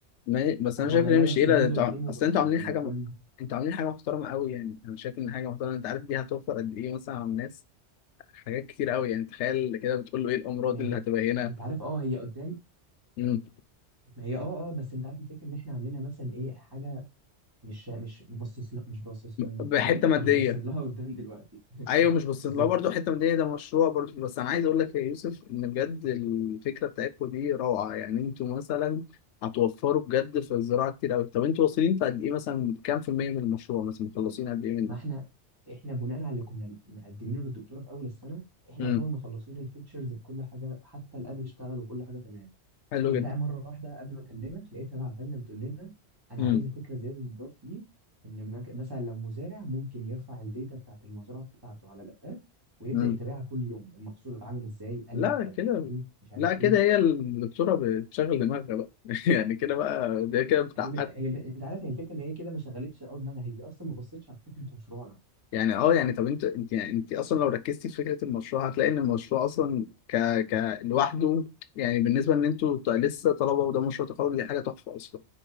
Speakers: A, on the left; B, on the right.
A: ما- بس
B: فاحنا
A: انا شايف
B: عملناه
A: ان هي مش
B: بس
A: قليله
B: بيوزر
A: ده انتوا
B: نيم
A: عم-
B: وباسورد
A: اصل انتوا عاملين
B: ان
A: حاجه
B: كل
A: م... انتوا عاملين حاجه محترمه قوي يعني انا شايف ان حاجه محترمه انت عارف دي هتوفر قد ايه مثلا على الناس حاجات كتير قوي يعني تخيل كده بتقول له ايه الامراض
B: ما هي...
A: اللي هتبقى هنا
B: انت عارف اه هي قدام
A: مم.
B: ما هي اه اه بس انت عارف الفكره ان احنا عاملينها مثلا ايه حاجه مش مش مش باصص ل- مش باصص ل-
A: بحته
B: ايه
A: ماديه
B: مش باصين لها قدام دلوقتي <laughs>
A: ايوه مش بس
B: بالظبط
A: لو برضه حته من دي ده مشروع برضه بس انا عايز اقول لك يا يوسف ان بجد الفكره بتاعتكم دي روعه يعني انتوا مثلا هتوفروا بجد في الزراعه كتير قوي طب انتوا واصلين في قد ايه مثلا كام في الميه من المشروع مثلا مخلصين قد ايه منه
B: ما احنا احنا بناء على اللي كنا مقدمينه للدكتوره في اول السنه احنا
A: امم
B: يعتبر مخلصين الفيتشرز بكل حاجه حتى الاب اشتغل وكل حاجه تمام
A: حلو
B: هي
A: جدا
B: بقى مرة واحدة قبل ما أكلمك لقيتها بعت لنا بتقول لنا أنا
A: امم
B: عايزة فكرة زيادة تضاف فيه إن مك- مثلا لو مزارع ممكن يرفع الداتا بتاعة المزرعة بتاعته على الآب ويبدأ
A: امم
B: يتابعها كل يوم المحصول عامل إزاي قل
A: لا
B: قد
A: كده
B: إيه مش عارف
A: لا كده
B: إيه
A: هي الدكتوره بتشغل دماغها بقى <laughs> يعني كده بقى ده كده بتاع
B: هي, هي أنت عارف هي الفكرة إن هي كده ما شغلتش أول دماغها هي أصلا ما بصتش على فكرة مشروعنا
A: يعني اه يعني طب انت انت يعني انت اصلا لو ركزتي في فكره المشروع هتلاقي ان المشروع اصلا ك ك لوحده يعني بالنسبه ان انتوا ط- لسه طلبه وده مشروع تخرج دي حاجه تحفه اصلا